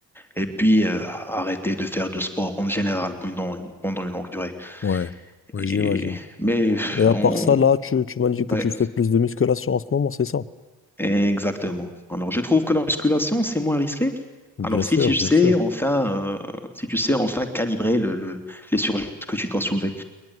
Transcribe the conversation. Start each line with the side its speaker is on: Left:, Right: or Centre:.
Centre: et puis euh, arrêter de faire de sport en général pendant pendant une longue durée
Left: Ouais, ouais,
Centre: et
Left: j'imagine.
Centre: mais
Left: Mais à
Centre: on
Left: part ça, là, tu, tu m'as dit que
Centre: ouais,
Left: tu fais plus de musculation en ce moment, c'est ça?
Centre: Exactement. Alors, je trouve que la musculation, c'est moins risqué.
Left: Bien
Centre: Alors, si
Left: sûr,
Centre: tu sais
Left: bien sûr.
Centre: enfin, euh, si tu sais enfin calibrer le, le- les surcharges que tu dois soulever.